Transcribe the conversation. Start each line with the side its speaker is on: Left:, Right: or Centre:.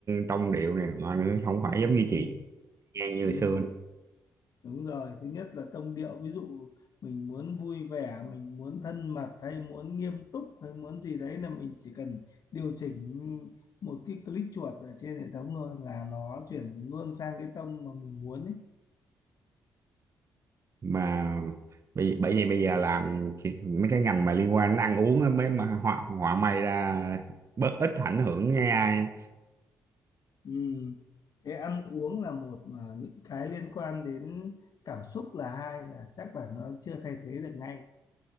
Right: tông điệu này nọ nữa không phải giống
Left: ừ.
Right: như chị nghe như
Left: Ừ.
Right: hồi xưa nữa
Left: Đúng rồi, thứ nhất là tông điệu, ví dụ mình muốn vui vẻ, mình muốn thân mật hay muốn nghiêm túc hay muốn gì đấy là mình chỉ cần điều chỉnh một cái click chuột ở trên hệ thống thôi là nó chuyển luôn sang cái tông mà mình muốn ấy.
Right: mà bởi bởi vì bây giờ làm chỉ- mấy cái ngành mà liên quan đến ăn uống á mới mà họa họa may ra bớt ít ảnh hưởng cái AI
Left: Ừ. Cái ăn uống là một mà những cái liên quan đến cảm xúc là hai là chắc là nó chưa thay thế được ngay.